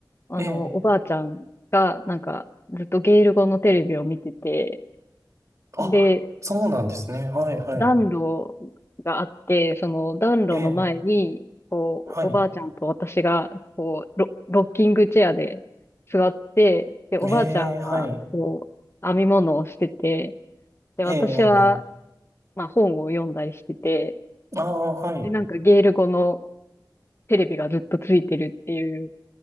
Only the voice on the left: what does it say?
あの、
おばあちゃんが、なんか、ずっとゲール語のテレビを見てて、
で、
暖炉があって、その暖炉の前に、
こう、
おばあちゃんと私が、こう、ロ、ロッキングチェアで座って、で、おばあちゃんは、
こう、編み物をしてて、で、
私は、
まあ、本を読んだりしてて、
で、なんかゲール語のテレビがずっとついてるっていう、